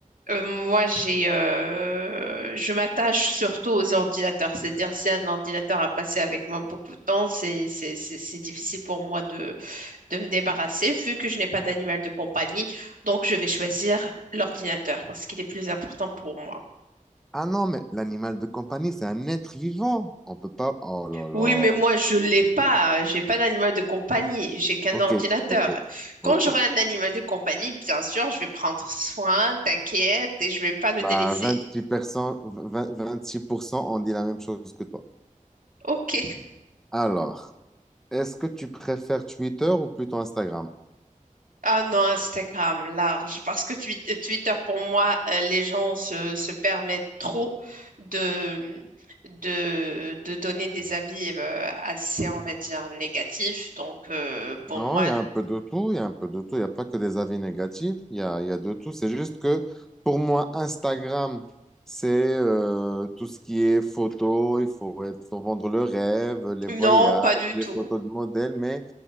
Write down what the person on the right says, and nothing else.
Euh, moi, j'ai, euh, je m'attache surtout aux ordinateurs. C'est-à-dire, si un ordinateur a passé avec moi beaucoup de temps, c'est, c'est, c'est, c'est difficile pour moi de, de me débarrasser, vu que je n'ai pas d'animal de compagnie. Donc, je vais choisir l'ordinateur parce qu'il est plus important pour moi.
Oui, mais moi, je l'ai pas. J'ai pas d'animal de compagnie. J'ai qu'un
ordinateur.
Quand
j'aurai un animal de compagnie, bien sûr, je vais prendre soin, t'inquiète, et je vais pas le
délaisser.
Ok.
Ah non, Instagram, large. Parce que Twi- Twitter, pour moi, euh, les gens se, se permettent trop de, de, de donner des avis euh, assez, on va dire, négatifs. Donc, euh, pour
moi,
non,
pas du
tout.